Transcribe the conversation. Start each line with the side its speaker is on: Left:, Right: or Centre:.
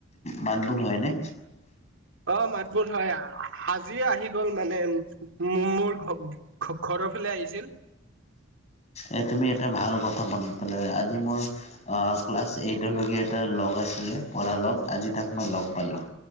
Left: মাত বোল হয় নে?
Right: অ, মাত-বোল হয়। আজিয়ে আহি গ'ল মানে, মোৰ ঘ, ঘৰৰ ফালে আহিছিল।
Left: এ, তুমি এটা ভাল কথা মনত পালা, আজি মোৰ ক্লাছ এইটলৈকে এটা লগ আছিলে, পঢ়া লগ, আজি তাক মই লগ পালোঁ।